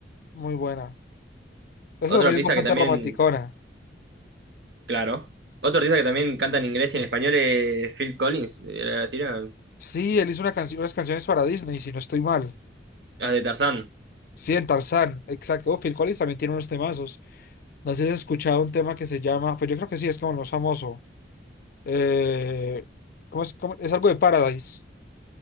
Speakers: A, on the left (about 55°); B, on the right (about 70°).
A: muy buena. Esa
B: Otro
A: también
B: artista
A: es bastante
B: que también,
A: romanticona.
B: claro. Otro artista que también canta en inglés y en español es Phil Collins. Era así, era-
A: Sí, él hizo una canción, unas canciones para Disney, si no estoy mal.
B: las de Tarzán.
A: Sí, en Tarzán, exacto. Oh, Phil Collins también tiene unos temazos. No sé si has escuchado un tema que se llama, pues yo creo que sí, es como lo más famoso. Eh, ¿cómo es, cómo- es algo de Paradise.